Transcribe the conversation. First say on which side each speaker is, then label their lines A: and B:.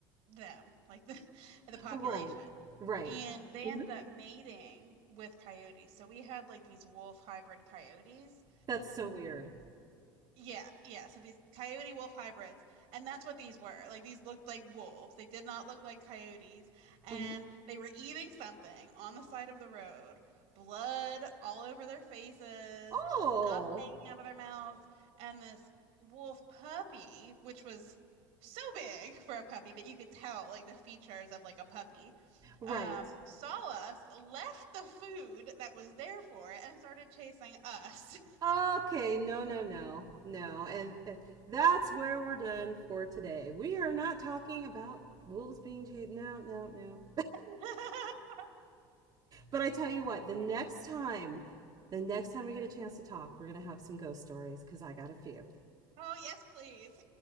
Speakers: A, on the right (about 65°); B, on the right (about 35°).
A: them, like the <laughs> the population.
B: Oh, right. Right.
A: And they
B: Mhm.
A: ended up mating with coyotes. So we had like these wolf hybrid coyotes.
B: That's so weird.
A: Yeah, yeah. So these coyote wolf hybrids, and that's what these were. Like these looked like wolves. They did not look like coyotes, and
B: Mhm.
A: they were eating something on the side of the road. Blood all over their faces,
B: Oh,
A: stuff hanging out of their mouths, and this wolf puppy, which was so big for a puppy, but you could tell like the features of like a puppy,
B: right.
A: um, saw us, left the food that was there for it, and started chasing us.
B: Okay, no, no, no. No. And, and that's where we're done for today. We are not talking about wolves being chased. No, no, no.
A: <laughs>
B: But I tell you what, the next time, the next time we get a chance to talk, we're going to have some ghost stories because I got a few.
A: Oh, yes, please.